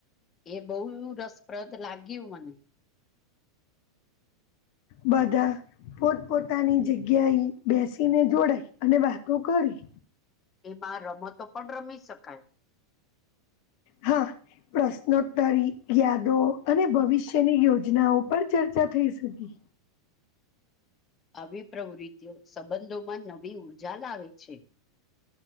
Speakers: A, on the left (about 25°); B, on the left (about 45°).
A: એ બહુ રસપ્રદ લાગ્યું મને.
B: બધા પોત પોતાની જગ્યાએ બેસીને જોડાય અને વાતો કરી
A: એમાં રમતો પણ રમી શકાય.
B: હા. પ્રશ્નોત્તરી યાદો અને ભવિષ્યની યોજનાઓ પર ચર્ચા થઈ શકી.
A: આવી પ્રવૃત્તિઓ સંબંધોમાં નવી ઊર્જા લાવે છે.